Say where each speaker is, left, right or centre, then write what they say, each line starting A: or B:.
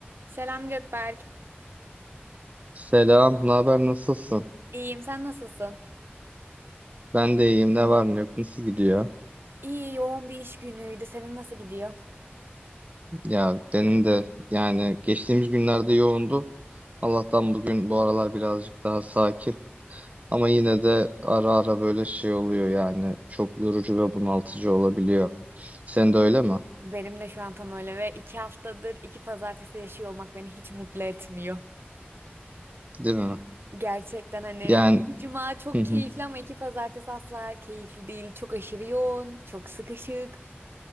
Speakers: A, on the right; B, on the right.
A: Selam Gökberk.
B: Selam, ne haber, nasılsın?
A: İyiyim, sen nasılsın?
B: Ben de iyiyim, ne var ne yok, nasıl gidiyor?
A: İyi, yoğun bir iş günüydü. Senin nasıl gidiyor?
B: Ya benim de yani geçtiğimiz günlerde yoğundu. Allah'tan bugün bu aralar birazcık daha sakin. Ama yine de ara ara böyle şey oluyor yani çok yorucu ve bunaltıcı olabiliyor. Sen de öyle mi?
A: Benim de şu an tam öyle ve iki haftadır iki pazartesi yaşıyor olmak beni hiç mutlu etmiyor.
B: Değil mi?
A: Gerçekten hani
B: Yani
A: iki cuma çok
B: Hı hı.
A: keyifli ama iki pazartesi asla keyifli değil. Çok aşırı yoğun, çok sıkışık.